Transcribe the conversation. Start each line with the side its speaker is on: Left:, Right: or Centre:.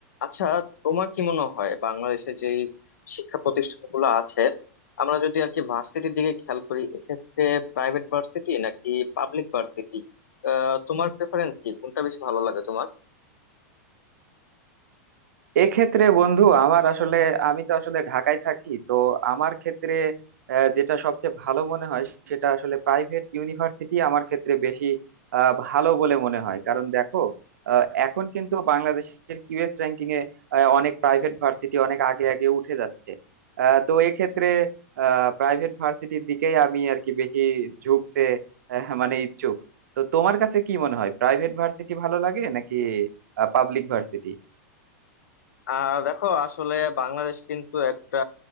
Left: আচ্ছা তোমার কি মনে হয় বাংলাদেশে যে শিক্ষা প্রতিষ্ঠানগুলো আছে আমরা যদি আর কি ভার্সিটির দিকে খেয়াল করি এক্ষেত্রে প্রাইভেট ভার্সিটি নাকি পাবলিক ভার্সিটি তোমার প্রেফারেন্স কি কোনটা বেশি ভালো লাগে তোমার
Right: এক্ষেত্রে বন্ধু আমার আসলে আমি তো আসলে ঢাকায় থাকি তো আমার ক্ষেত্রে আহ, যেটা সবচেয়ে ভালো মনে হয় সেটা আসলে প্রাইভেট ইউনিভার্সিটি আমার ক্ষেত্রে বেশি আহ, ভালো বলে মনে হয় কারণ দেখো আহ, এখন কিন্তু বাংলাদেশের কিউএস র্যাঙ্কিং এ আহ, অনেক প্রাইভেট ভার্সিটি অনেক আগে আগে উঠে যাচ্ছে আহ, তো এক্ষেত্রে প্রাইভেট ভার্সিটির দিকেই আমি আর কি বেশি ঝুঁকতে আহ, মানে ইচ্ছুক তো তোমার কাছে কি মনে হয় প্রাইভেট ভার্সিটি ভালো লাগে নাকি পাবলিক ভার্সিটি
Left: আহ দেখো আসলে বাংলাদেশ কিন্তু একটা